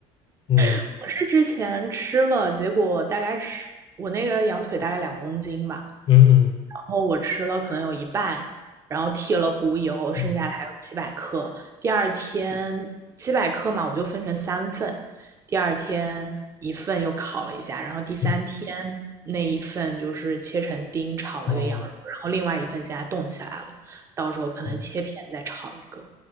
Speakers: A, on the left; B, on the right.
A: 嗯
B: 我是之前吃了，结果大概吃我那个羊腿大概两公斤吧，
A: 嗯嗯
B: 然后我吃了可能有一半，然后剔了骨以后，剩下的还有七百克。
A: 嗯
B: 第二天七百克嘛，我就分成三份，第二天一份又烤了一下，然后第三天那一份就是切成丁炒了个羊肉，
A: 嗯，哦，
B: 然后另外一份现在冻起来了，到时候可能切片再炒一个。
A: 嗯，